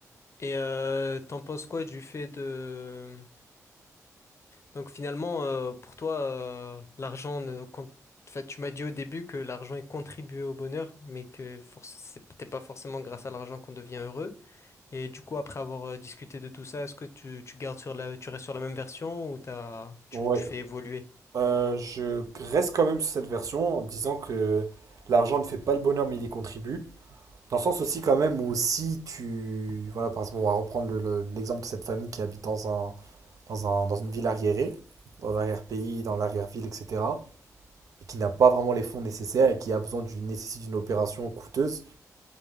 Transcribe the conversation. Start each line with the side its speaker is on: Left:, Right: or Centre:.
Left: Et euh, t'en penses quoi du fait de Donc finalement, euh, pour toi, euh, l'argent ne compte... Enfin, tu m'as dit au début que l'argent il contribue au bonheur, mais que forc- c'est peut-être pas forcément grâce à l'argent qu'on devient heureux. Et du coup, après avoir euh, discuté de tout ça, est-ce que tu, tu gardes sur la, tu restes sur la même version ou t'as, tu,
Right: Ouais.
Left: tu fais évoluer?
Right: Euh, je reste quand même sur cette version en disant que l'argent ne fait pas le bonheur mais il y contribue. Dans le sens aussi quand même où si tu... Voilà, par exemple, on va reprendre le- le- l'exemple de cette famille qui habite dans un, dans un- dans une ville arriérée, dans l'arrière-pays, dans l'arrière-ville, etc., et qui n'a pas vraiment les fonds nécessaires et qui a besoin d'une, nécessite d'une opération coûteuse,